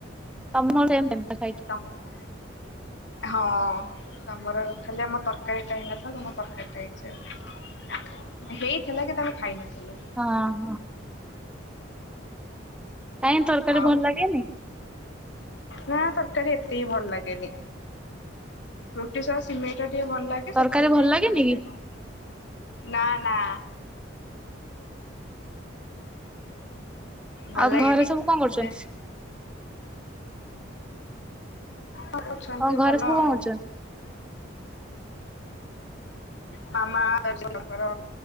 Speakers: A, in the centre; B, on the left.
A: ତୋମର ସେମ୍ ସେମ୍ ତ ଖାଇଛୁ।
B: <inaudible> ହଁ ତୋମର ଖାଲି ଆମ ତରକାରୀ ଟା ହେଇନଥିଲା। ତୁମ ତରକାରୀ ଟା ହେଇଛି ଆଉ। ହେଇଥିଲା ଯେ ତୋମେ ଖାଇନଥିଲୁ।
A: ହଁ, ହଁ। କାଇଁ ତରକାରୀ
B: ଆଉ
A: ଭଲ ଲାଗେନି?
B: ନା ତରକାରୀ ଏତେ ବି ଭଲ ଲାଗେନି। ରୁଟି ସହ ସିମେଇ ଟା ଟିକେ ଭଲ ଲାଗେ
A: ତରକାରୀ
B: ସେଥିପାଇଁ
A: ଭଲ ଲାଗେନି
B: କି ଆଉ ଖାଇଲୁ। ନା, ନା। ଭଲ
A: ଆଉ
B: ଲାଗେନି।
A: ଘରେ ସବୁ କଣ କରୁଛନ୍ତି?
B: ସେ ହଁ ଅଛନ୍ତି
A: ତମ ଘରେ
B: ଭଲ
A: ସବୁ କଣ
B: ଆଉ।
A: କରୁଛନ୍ତି?
B: ମାମା <inaudible> ତାଙ୍କର